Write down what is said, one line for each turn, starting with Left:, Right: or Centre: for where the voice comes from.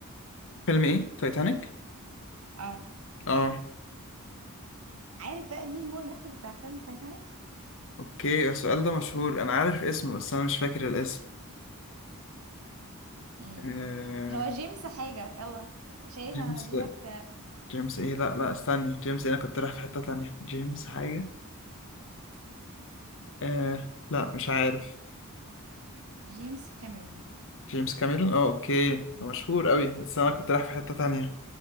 Left: فيلم ايه تايتانيك
Right: اه
Left: اه
Right: عارف بقى مين هو المخرج بتاع فيلم تايتانيك
Left: اوكي السؤال ده مشهور انا عارف اسمه بس انا مش فاكر الاسم
Right: مم.
Left: آه...
Right: هو جيمس حاجة يلا شايف
Left: جيمس
Right: أنا بديلك آه،
Left: جيمس ايه لا لا استني جيمس إيه؟ انا كنت رايح في حتة تانية جيمس حاجة آه... لا مش عارف
Right: جيمس كاميرون
Left: جيمس كاميرون اه اوكي ده
Right: مم.
Left: مشهور قوي بس انا كنت رايح في حتة تانية